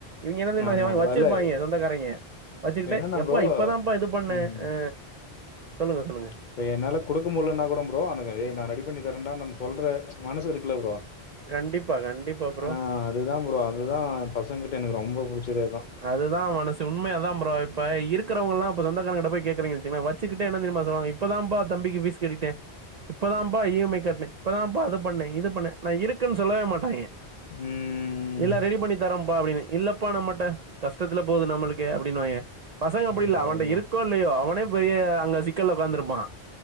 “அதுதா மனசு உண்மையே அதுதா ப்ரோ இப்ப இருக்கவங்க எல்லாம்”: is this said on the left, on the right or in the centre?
Right